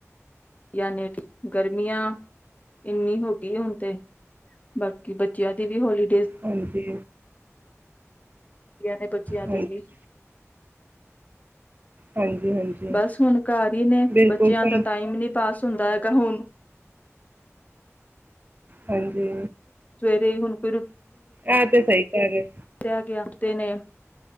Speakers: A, on the left; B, on the right.
A: ਯਾਨੀ ਗਰਮੀਆਂ ਇੰਨੀ ਹੋ ਗਈ ਹੁਣ ਤੇ ਬਾਕੀ ਬੱਚਿਆਂ ਦੀ ਵੀ ਹੋਲੀ
B: ਹਾਂਜੀ
A: ਹ ਬੱਚਿਆਂ
B: ਹਾਂਜੀ
A: ਦੀ ਵੀ
B: ਹਾਂਜੀ ਹਾਂਜੀ
A: ਬਸ ਹੁਣ ਘਰ ਹੀ ਨੇ
B: ਬਿਲਕੁਲ
A: ਬੱਚਿਆਂ
B: ਸਹੀ
A: ਦਾ ਟਾਈਮ ਨੀ ਪਾਸ ਹੁੰਦਾ ਹੈਗਾ ਕੁਣ
B: ਹਾਂਜੀ
A: ਹੁ ਕੋਈੁ
B: ਆਹ ਤੇ ਸਹੀ ਹੈ
A: ਿਆ ਗਿਆਤੇ ਨੇ